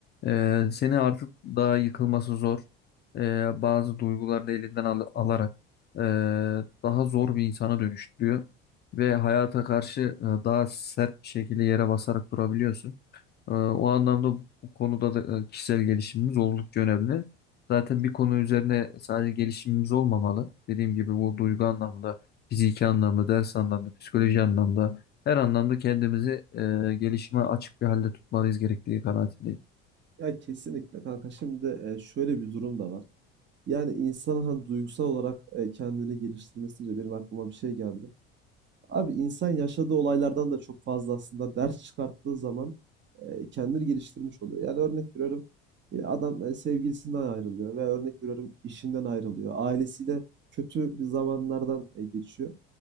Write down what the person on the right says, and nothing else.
Ya kesinlikle kanka şimdi e, şöyle bir durum da var. Yani insanın hani duygusal olarak e, kendini geliştirmesi deyince benim aklıma bir şey geldi. Abi insan yaşadığı olaylardan da çok fazla aslında ders çıkarttığı zaman e, kendini geliştirmiş oluyor. Yani örnek veriyorum e, adam e, sevgilisinden ayrılıyor veya örnek veriyorum işinden ayrılıyor. Ailesiyle kötü bir zamanlardan e, geçiyor.